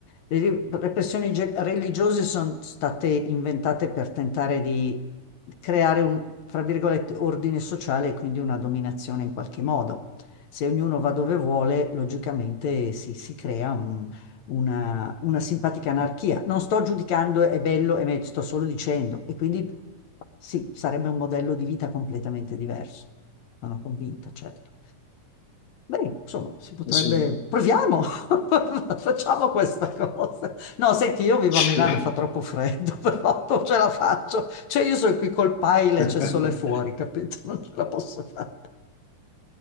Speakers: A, on the left (about 65°); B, on the left (about 80°).
A: le ri- repressioni ge- religiose sono state inventate per tentare di creare un, fra virgolette, ordine sociale e quindi una dominazione in qualche modo. Se ognuno va dove vuole, logicamente si, si crea una, una simpatica anarchia. Non sto giudicando è bello e meglio, sto solo dicendo. E quindi sì, sarebbe un modello di vita completamente diverso. Sono convinta, certo. Beh, insomma, si potrebbe...
B: sì.
A: Proviamo! <laughs> Facciamo questa cosa. No, senti, io vivo
B: <laughs>
A: a Milano, fa troppo freddo, <laughs> però non ce la faccio. Cioè, io sono qui col paile,
B: <laughs>
A: c'è sole fuori, capito? Non ce la posso fare.